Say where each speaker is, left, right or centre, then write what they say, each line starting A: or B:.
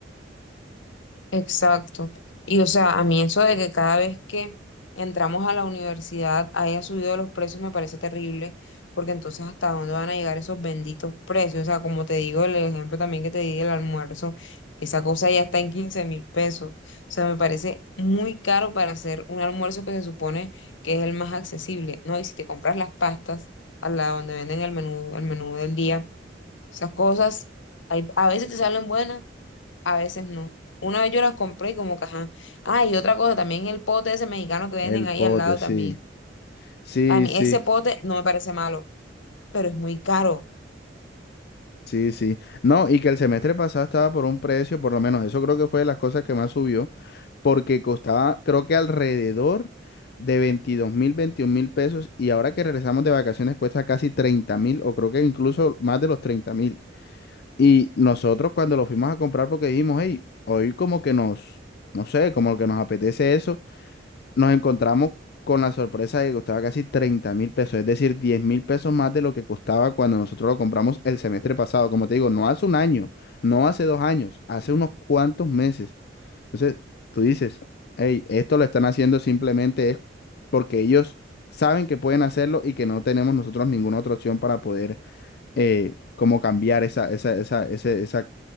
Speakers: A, on the left; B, on the left.
A: Exacto. Y o sea, a mí eso de que cada vez que entramos a la universidad haya subido los precios me parece terrible, porque entonces hasta dónde van a llegar esos benditos precios. O sea, como te digo, el ejemplo también que te di del almuerzo, esa cosa ya está en quince mil pesos. O sea, me parece muy caro para hacer un almuerzo que se supone que es el más accesible, ¿no? Y si te compras las pastas a la donde venden el menú, el menú del día, esas cosas, hay- a veces te salen buenas a veces no. Una vez yo las compré y como que, ajá. Ah, y otra cosa, también el pote ese mexicano que venden
B: El
A: ahí
B: pote,
A: al lado
B: sí.
A: también.
B: Sí,
A: A mí
B: sí,
A: ese pote no me parece malo, pero es muy caro.
B: sí, sí. No, y que el semestre pasado estaba por un precio, por lo menos eso creo que fue de las cosas que más subió. porque costaba, creo que alrededor de veintidós mil, veintiún mil pesos, y ahora que regresamos de vacaciones cuesta casi treinta mil, o creo que incluso más de los treinta mil. Y nosotros cuando lo fuimos a comprar, porque dijimos, hey, hoy como que nos, no sé, como que nos apetece eso, nos encontramos con la sorpresa de que costaba casi treinta mil pesos, es decir, diez mil pesos más de lo que costaba cuando nosotros lo compramos el semestre pasado. Como te digo, no hace un año, no hace dos años, hace unos cuantos meses. Entonces, tú dices, hey, esto lo están haciendo simplemente es porque ellos saben que pueden hacerlo y que no tenemos nosotros ninguna otra opción para poder eh, como cambiar esa, esa, esa, ese- esa,